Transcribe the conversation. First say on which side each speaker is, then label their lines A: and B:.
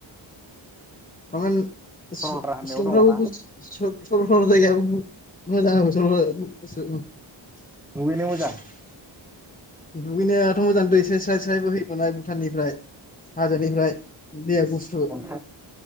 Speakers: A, on the left; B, in the centre.
A: मामोन सि-सिलंफ्राबो
B: सरलपारा होननायाव दङना
A: गुसु सर-सरलफारा जायगायाबो मोजां <unintelligible>
B: दुगैनो मोजां
A: दुैनायाथ मोजां दै साय स्राय स्राय बोहै होनाय भुटाननिफ्राय हाजोनिफ्राय दैया गुसु
B: अन्थाइ